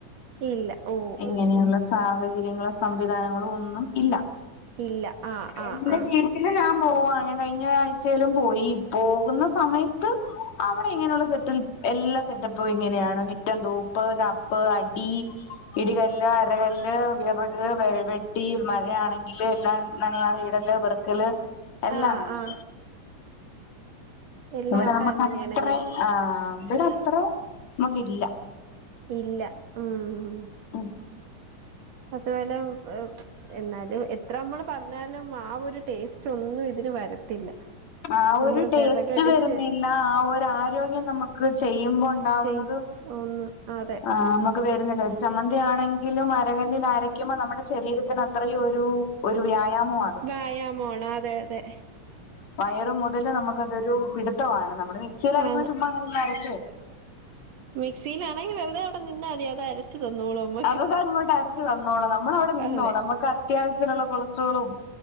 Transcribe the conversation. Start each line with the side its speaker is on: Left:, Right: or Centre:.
Right: ഇല്ല ഓ
Left: ഇങ്ങനെയൊ
Right: ഓ ഓ
Left: ള്ള സാഹചര്യങ്ങളും സംവിധാനങ്ങളും ഒന്നും ഇല്ല
Right: ഇല്ല ആഹ് ആഹ്
Left: എന്റെ
Right: ആഹ്
Left: വീട്ടി പിന്നെ ഞാൻ പോവാ ഞാൻ കഴിഞ്ഞ ആഴ്ചയിലും പോയി ഈ പോകുന്ന സമയത്ത് അവിടെ ഇങ്ങനെയുള്ള സെറ്റിൽ എല്ലാ സെറ്റപ്പും ഇങ്ങനെയാണ് മിറ്റം തൂപ്പ് തപ്പ് അടി ഇടികല്ല്, അരകല്ല്, വിറക്, വെട്ടി, മഴയാണെങ്കില് എല്ലാം നനയാതെ ഇടല് പെറുക്കല് എല്ലാം
Right: ആഹ്
Left: അങ്ങനെ
Right: ആഹ് എല്ലാം
Left: ഇവിടെ
Right: അവിടെ
Left: നമുക്കത്രെ
Right: അങ്ങനെയാണല്ലേ
Left: ആഹ് ഇവിടെ അത്ര നമുക്ക് ഇല്ല
Right: ഇല്ല ഉം
Left: ഉം
Right: അതുപോലെ എന്നാലും എത്രമ്മള് പറഞ്ഞാലും ആ ഒരു ടേസ്റ്റ് ഒന്നും ഇതിന് വരത്തില്ല
Left: ആഹ്
Right: നമ്മള്
Left: ഒരു ടേസ്റ്റ്
Right: വിറകടിച്ച്
Left: വരുന്നില്ല ആ ഒരു ആരോഗ്യം നമുക്ക് ചെയ്യുമ്പം ഒ ണ്ടാവുന്നതും
Right: ചെയ് ഒന്ന് അതെ
Left: ആഹ് നമുക്ക് വരുന്നില്ല ഒരു ചമ്മന്തിയാണെങ്കിലും അര കല്ലിൽ അരയ്ക്കുമ്പോ നമ്മുടെ ശരീരത്തിന് അത്രയും ഒരു ഒരു വ്യായാമമാണ്
Right: വ്യായാമംമാണ് അതെ അതെ
Left: വയറ് മുതല് നമുക്ക് അതൊരു പിടുത്തമാണ് നമ്മുടെ മിക്സിയില് അരക്കുമ്പോൾ
Right: ആന്ന്
Left: ചുമ്മാ നിന്ന്ങ്ങ് അരച്ച് പോകും
Right: മിക്സിയിലാണെങ്കി വെറുതെ അവിടെ നിന്ന മതി അത് അര ച്ച് തന്നോളും ന
Left: നമക്കങ്ങോട്ട് അരച്ചു തന്നോളും നമ്മള് അവിടെ നിന്നോണം
Right: അതെ
Left: നമുക്ക് അത്യാവശ്യത്തിനുള്ള കൊളസ്ട്രോളും